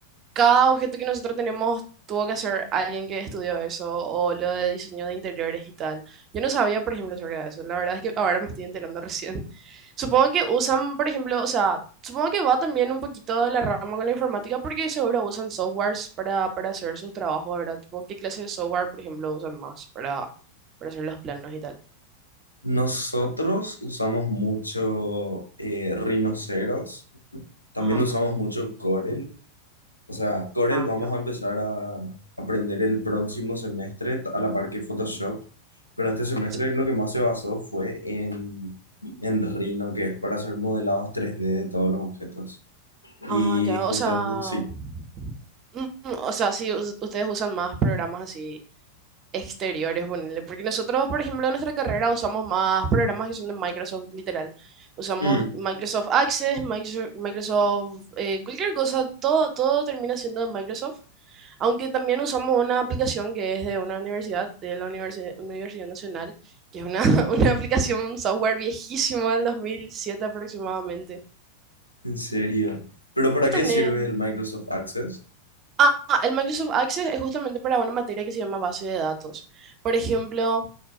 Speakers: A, on the right (about 30°); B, on the left (about 85°).
A: cada objeto que nosotros tenemos tuvo que hacer alguien que estudió eso o lo de diseño de interiores y tal. Yo no sabía, por ejemplo, sobre eso. La verdad es que ahora me estoy enterando <laughs> recién. Supongo que usan, por ejemplo, o sea, supongo que va también un poquito de la rama con la informática porque seguro usan softwares para, para hacer sus trabajos, ¿verdad? Tipo, ¿qué clase de software, por ejemplo, usan más para, para hacer los planos y tal?
B: Nosotros usamos mucho eh, rinoceros, también
A: Ajá,
B: usamos mucho Corel O sea, Corel
A: ah,
B: vamos
A: ya.
B: a empezar a aprender el próximo semestre a la par que Photoshop, pero este semestre
A: sí.
B: lo que más se basó fue en, en Rhino, que es para hacer modelados 3D de todos los objetos.
A: Ah,
B: Y
A: ya,
B: justo,
A: o sea,
B: sí,
A: mm, mm, o sea, sí, us- ustedes usan más programas así exteriores, ponele, Porque nosotros, por ejemplo, en nuestra carrera usamos más programas que son de Microsoft, literal. Usamos
B: Mm,
A: Microsoft Access, Microsoft, Microsoft, eh, cualquier cosa, todo, todo termina siendo de Microsoft. Aunque también usamos una aplicación que es de una universidad, de la Universi- Universidad Nacional, que es una, <laughs> una aplicación, un software viejísimo del 2007 aproximadamente.
B: en serio. ¿Pero para
A: Vos tenés...
B: qué sirve el Microsoft Access?
A: Ah, ah, el Microsoft Access es justamente para una materia que se llama base de datos. Por ejemplo,